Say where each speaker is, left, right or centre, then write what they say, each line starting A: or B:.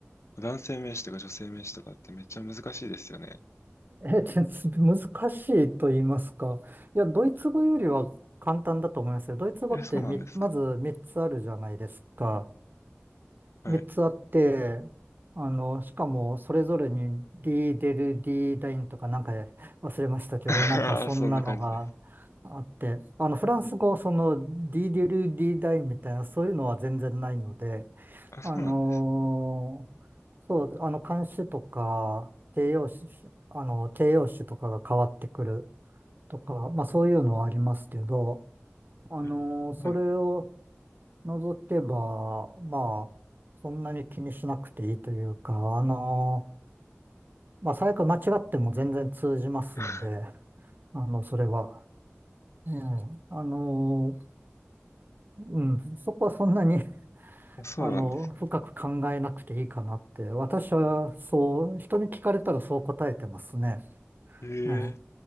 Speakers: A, on the left; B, on the right.
A: 男性名詞とか女性名詞とかってめっちゃ難しいですよね。
B: <laughs> ええ、全然難しいと言いますか。いや、ドイツ語よりは簡単だと思いますよ。ドイツ語ってみ、
A: え、そうなんですか
B: まず3つあるじゃないですか。
A: はい。
B: 3つあって、あの、しかもそれぞれに D デル D ダインとかなんか忘れましたけど、
A: <laughs> あ、
B: なんかそんなのが
A: そんな感じです。
B: あって、あの、フランス語、その D デル D ダインみたいなそういうのは全然ないので、
A: あ、そうなんです。
B: あのーそう、あの、冠詞とか、形容詞、あの、形容詞とかが変わってくるとか、まあそういうのはありますけど、あのーそれを
A: うんはい
B: 除けば、まあ、そんなに気にしなくていいというか、あの、まあ、最悪間違っても全然通じますんで、
A: あ
B: あの、それは。ええ、あの、うん、そこはそんなに、
A: <laughs> そうなんです
B: あの、深く考えなくていいかなって、私はそう、人に聞かれたらそう答えてますね。
A: ね。へえ
B: え